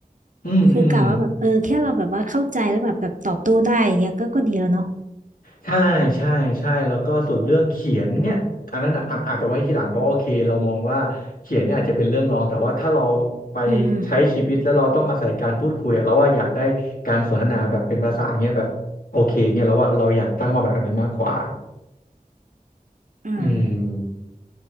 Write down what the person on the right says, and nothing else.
คือกะว่าแบบเออแค่เราแบบว่าเข้าใจแล้วแบบแบบตอบโต้ได้อย่างเงี้ยก็ก็ดีแล้วเนาะ
อืมอืมอืม